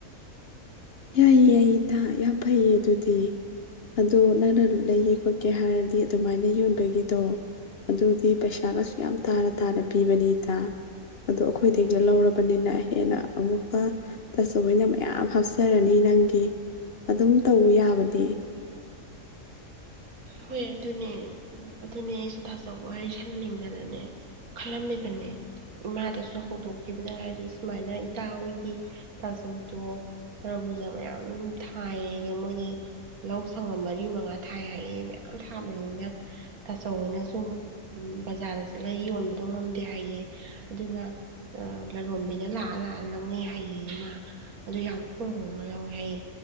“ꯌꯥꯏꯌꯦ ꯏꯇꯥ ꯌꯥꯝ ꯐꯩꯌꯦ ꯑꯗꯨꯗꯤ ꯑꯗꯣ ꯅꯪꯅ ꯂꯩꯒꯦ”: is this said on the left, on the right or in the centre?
Left